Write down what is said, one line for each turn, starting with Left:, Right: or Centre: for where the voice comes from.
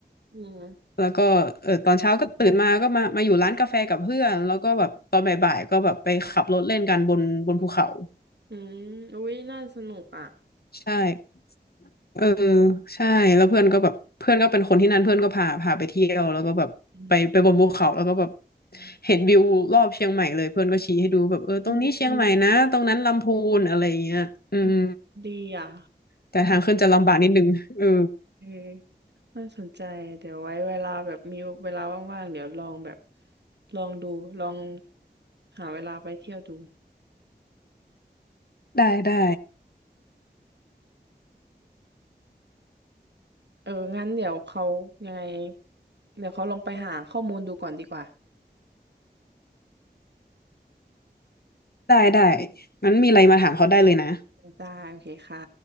Right: อืม
Left: แล้วก็เออตอนเช้าก็ตื่นมาก็มามาอยู่ร้านกาแฟกับเพื่อนแล้วก็แบบตอนบ่ายๆก็แบบไปขับรถเล่นกันบนบนภูเขา
Right: อืมอมอุ๊ยน่าสนุกอ่ะ
Left: ใช่ เออใช่แล้วเพื่อนก็แบบเพื่อนก็เป็นคนที่นั่นเพื่อนก็พาพาไปเที่ยวแล้วก็แบบไปไปบนภูเขาแล้วก็แบบ
Right: อืม
Left: เห็นวิวรอบเชียงใหม่เลยเพื่อนก็ชี้ให้ดูแบบเออตรงนี้เชียงใหม่นะตรงนั้นลำพูนอะไรอย่างเงี้ยอืม
Right: อืมอืมอืมอืมดีอ่ะ
Left: แต่ทางขึ้นจะลำบากนิดนึงเออ
Right: เออน่าสนใจเดี๋ยวไว้เวลาแบบมีเวลาว่างๆเดี๋ยวลองแบบลองดูลองหาเวลาไปเที่ยวดู
Left: ได้ได้
Right: เออ งั้นเดี๋ยวเขายังไงเดี๋ยวเขาลองไปหาข้อมูลดูก่อนดีกว่า
Left: ได้ได้งั้นมีอะไรมาถามเขาได้เลยนะ
Right: อืมได้ โอเคค่ะ